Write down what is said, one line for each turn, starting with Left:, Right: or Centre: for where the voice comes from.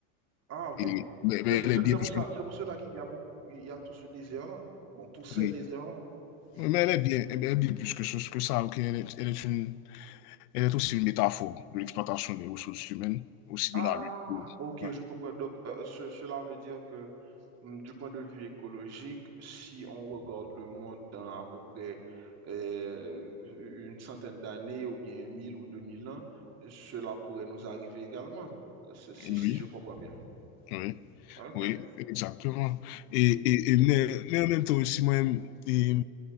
Right: Ah, ok.
Left: Et, mais, mais
Right: C'est c'est-
Left: elle est
Right: c'est-
Left: bien
Right: c'est
Left: plus
Right: pour ça,
Left: que.
Right: c'est pour cela qu'il y a beaucoup, il y a tout ce désert-là. Bon, tous ces
Left: oui.
Right: déserts-là. Mhm.
Left: Oui, Mais elle est bien, elle est bien plus que, ce- que ça. ok? Elle, est, elle est une, elle est aussi une métaphore de l'exploitation des ressources humaines, aussi
Right: Ah,
Left: de la lutte.
Right: ok,
Left: Ouais.
Right: je comprends. Donc, euh, ce- cela veut dire que hum, du point de vue écologique, si on regarde le monde dans à peu près euh, une centaine d'années ou bien 1000 ou 2000 ans, cela pourrait nous arriver également, Euh, si, si
Left: Oui,
Right: si je comprends bien.
Left: oui.
Right: Ok.
Left: Oui, exactement. Et, et, et- mais, mais en même temps aussi, moi-même, et